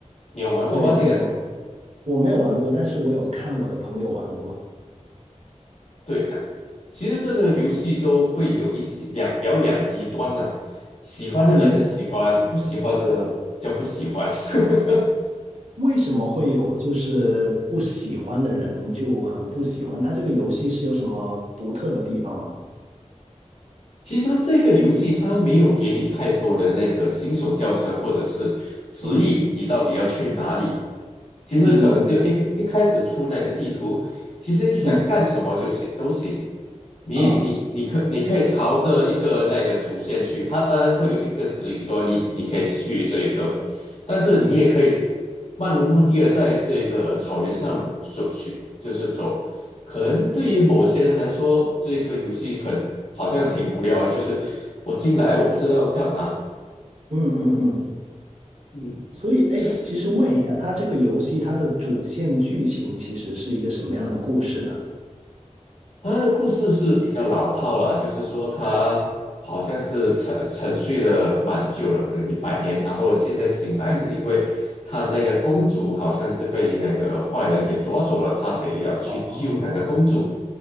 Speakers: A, on the left (about 60°); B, on the right (about 60°).
A: 你有玩过吧？
B: 对对，
A: 这个？
B: 我我没有玩过，但是我有看我的朋友玩过。
A: 对。其实这个游戏都会有一些两比较两极端呐、喜欢的人很喜欢，
B: 嗯，
A: 不喜欢的叫不喜欢。<laughs>
B: 为什么会有就是不喜欢的人就很不喜欢？他这个游戏是有什么独特的地方吗？
A: 其实这个游戏它没有给你太多的那个新手教程或者是指引，
B: 嗯
A: 你到底要去哪里。其实可能就一一开始出那个地图，
B: 嗯嗯嗯
A: 其实你想干什么就行都行。
B: 嗯
A: 你你你可你可以朝着一个那个主线去，
B: 啊，
A: 它当然会有一个指引说你你可以去这个，但是你也可以漫无目的的在这个草原上走去，就是走。可能对于某些人来说，这个游戏很好像挺无聊的，就是我进来我不知道要干嘛。
B: 嗯嗯嗯，
A: 嗯
B: 所以，哎，
A: 就是
B: 其实问一下，它这个游戏它的主线剧情其实是一个什么样的故事呢？
A: 它的故事是比较老套了，就是说它好像是沉沉睡了蛮久了，可能一百年，然后现在醒来是因为他那个公主好像是被那个坏人给抓走了，
B: 嗯，
A: 他得要去救那个公主。
B: 哦，